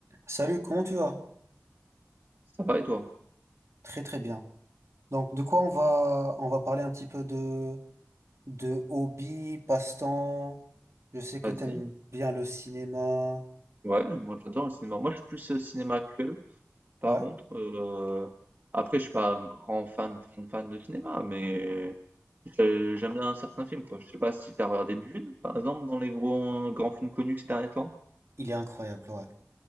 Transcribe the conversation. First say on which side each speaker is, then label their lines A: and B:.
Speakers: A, on the right; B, on the right.
A: Salut, comment tu vas?
B: Ça va et toi?
A: Très très bien. Donc de quoi on va on va parler un petit peu de de hobby, passe-temps. Je sais
B: Vas-y.
A: que t'aimes bien le cinéma.
B: Ouais, moi j'adore le cinéma. Moi je suis plus euh, cinéma actuel. Par
A: Ouais,
B: contre, euh, après je suis pas un grand fan, fan, fan de cinéma, mais j'ai- j'aime bien certains films quoi. Je sais pas si t'as regardé Dune, par exemple, dans les gros grands films connus ces derniers temps.
A: il est incroyable, ouais.